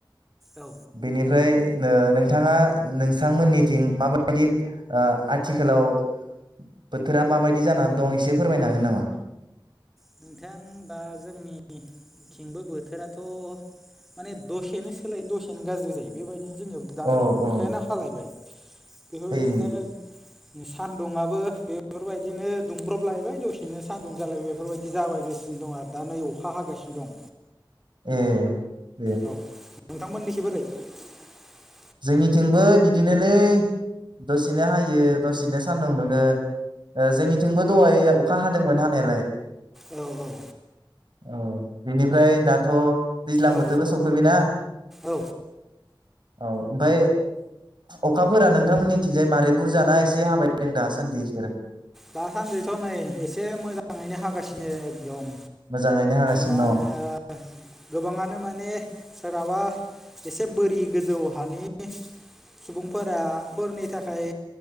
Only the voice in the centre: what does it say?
औ
नोंथां दा जोंनिथिंबो बोथोराथ' माने दसेनो सोलायो दसेनो गाज्रि जायो बेबायदि जोंनियावथ' दा
नै
अखायानो हालायबाय बेफोरबायदिनो
सान्दुंङआबो बेफोरबायदिनो दुंब्रबलायबाय दसेनो सान्दुं जालायबाय बेफोरबायदि बिदि जाबायगासिनो दं आरो दा नै अखा हागासिनो दं
औ <unintelligible>
औ औ।
औ
औ
दासान्दिथ' नै एसे मोजाङैनो हागासिनो एकदम
मा होनो गोबाङानो माने सोरहाबा एसे बोरि गोजौ हानि सुबुंफोराफोरनि थाखाय